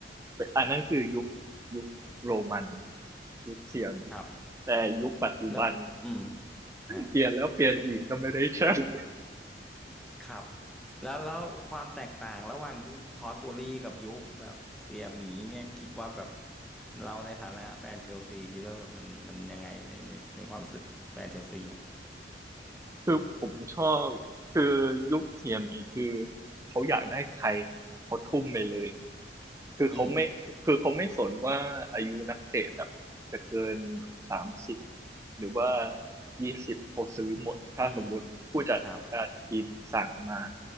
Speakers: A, on the right; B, in the centre.
A: ไปอันนั้นคือยุคยุคโรมันยุคเซียม
B: ับ
A: แต่ยุคปัจจุบัน
B: แล้วอืมฮะ
A: เปลี่ยนแล้วเปลี่ยนอีกก็ไม่ได้แชมป์
B: ครับแล้วแล้วความแตกต่าง ระหว่างยุคทอตโบรี่กับยุคแบบเสียหมีเนี่ย คิดว่าแบบ เราในฐานะแฟนเชลซี คิดว่าแบบมันมันยังไง ในในในความรู้สึกแฟนเชลซีอ่ะ
A: <laughs> คือผมชอบคือยุคเซียมอีกคือเขาอยากได้ใครเขาทุ่มไปเลย คือเขาไม่คือเขาไม่สนว่าอายุนักเตะแบบจะเกิน
B: อืม
A: สามสิบหรือว่ายี่สิบเขาซื้อหมดถ้าสมมุติผู้จัดการทีมสั่งมา
B: อืมครับ